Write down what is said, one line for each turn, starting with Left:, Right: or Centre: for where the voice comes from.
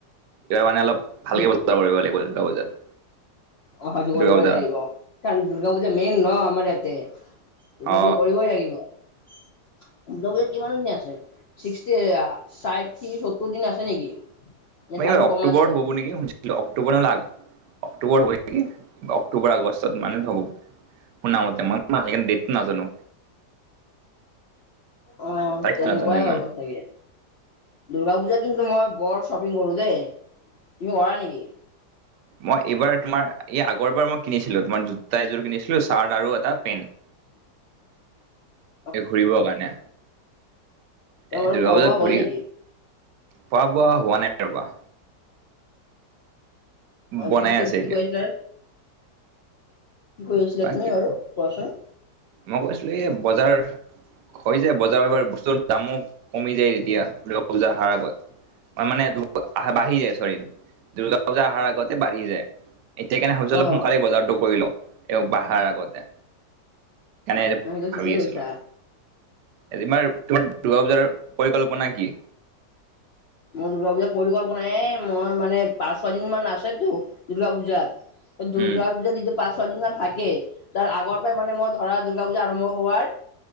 Right: এবাৰ মানে অলপ ভালকে
Left: সেইটো
Right: বজাব কৰিব লাগিব দূৰ্গা পূজাত।
Left: অঁ হয়টো কৰিবই
Right: দুৰ্গা পূজা
Left: লাগিব কাৰণ দুৰ্গা পূজা মেইন ন আমাৰ এয়াতে। দুৰ্গা
Right: অ
Left: পূজা কৰিবই লাগিব। দ পূজাত কিমান দিন আছে সীষ্টি, ষাঠি, সত্তৰ দিন আছে নেকি। নে
Right: ফাইনেলি
Left: তাৰো
Right: অক্টোবৰত
Left: কম আছে?
Right: হ'ব নেকি অক্টোবৰ না আ অক্টোবৰ হ'ব নেকি অক্টোবৰ, আগষ্টত সিমান ত হব মই শুনা মতে কিন্তু দেত টো নাজানোঁ।
Left: অ
Right: তাৰিখটো
Left: তেনেকুৱাই
Right: নাজানো ইমান
Left: হ'ব চাগে। দুৰ্গা পূজাত কিন্তু মই বৰ শ্বপিং কৰোঁ দেই, তুমি কৰা নেকি?
Right: মই এইবাৰ তোমাৰ এই আগৰবাৰ মই কিনিছিলো তোমাৰ জোতা এযোৰ কিনিছিলো, চাৰ্ট আৰু এটা পেণ্ট।
Left: <unintelligible>
Right: এ ঘূৰিবৰ কাৰণে।
Left: তোমাৰ
Right: এ দুৰ্গা
Left: খোৱা
Right: বজাত
Left: বোৱা হ'ল
Right: ঘূৰি,
Left: নেকি?
Right: খোৱা বোৱা হোৱা নাই ৰ'বা।
Left: আৰু
Right: বনাই
Left: কি ক
Right: আছে
Left: কি
Right: এতিয়া
Left: কৰিছিলা কি কৈ আছিলা
Right: বাকী
Left: তুমি বাৰু কোৱাচোন।
Right: মই কৈছিলোঁ এই বজাৰ হৈ যায় বজাৰ বাৰ বস্তুৰ দামো কমি যায় তেতিয়া দুৰ্গা পূজা অহাৰ আগত। মানে আহ বাঢ়ি যায় চৰি দুৰ্গা পূজা অহাৰ আগতে বাঢ়ি যায়। এতিয়া কেনে ভাবিছিলোঁ
Left: অ
Right: সোনকালে বজাৰটো কৰি লওঁ। এওঁ বঢ়াৰ আগতে এনে
Left: সেইটো
Right: ভাবি
Left: ঠিকেই কৈছা
Right: আছিলো। আজি তোমাৰ দুৰ্গা পূজাৰ পৰিকল্পনা কি।
Left: মোৰ দুৰ্গা পূজাৰ পৰিকল্পনাই এ মই মানে পাঁচ ছয়দিন মান আছেতো দুৰ্গা পূজাত এ দুৰ্গা
Right: উম
Left: পূজা যিটো পাঁচ ছয়দিন মান থাকে তাৰ আগৰ পৰাই মানে মই ধৰা দুৰ্গা পূজা আৰম্ভ হোৱাৰ